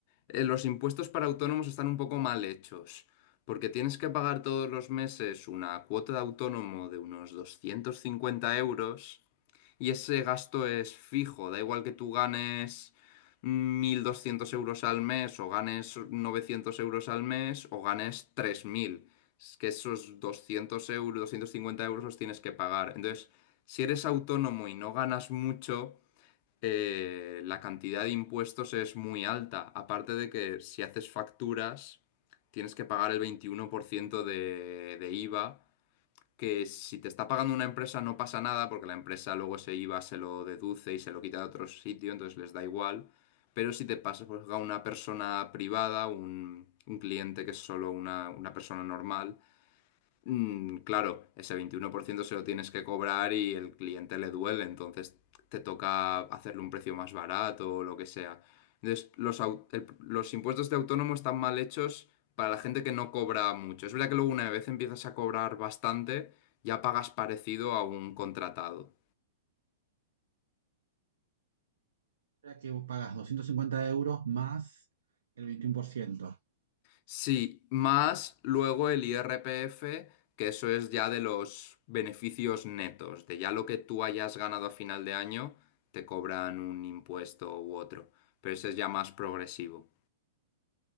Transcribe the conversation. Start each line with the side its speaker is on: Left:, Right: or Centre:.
Left: eh, los impuestos para autónomos están un poco mal hechos, porque tienes que pagar todos los meses una cuota de autónomo de unos 250 euros y ese gasto es fijo, da igual que tú ganes 1.200 euros al mes o ganes 900 euros al mes o ganes 3.000. Es que esos 200 euros, 250 euros los tienes que pagar. Entonces... Si eres autónomo y no ganas mucho, eh, la cantidad de impuestos es muy alta. Aparte de que si haces facturas, tienes que pagar el 21% de, de IVA, que si te está pagando una empresa no pasa nada, porque la empresa luego ese IVA se lo deduce y se lo quita de otro sitio, entonces les da igual. Pero si te pasa pues, a una persona privada, un, un cliente que es solo una, una persona normal, Mm, claro, ese 21% se lo tienes que cobrar y el cliente le duele, entonces te toca hacerle un precio más barato o lo que sea. Entonces, los, au- el- los impuestos de autónomo están mal hechos para la gente que no cobra mucho. Es verdad que luego una vez empiezas a cobrar bastante, ya pagas parecido a un contratado.
Right: ya que vos pagas 250 euros más el 21%.
Left: Sí, más luego el IRPF, que eso es ya de los beneficios netos, de ya lo que tú hayas ganado a final de año, te cobran un impuesto u otro, pero ese es ya más progresivo.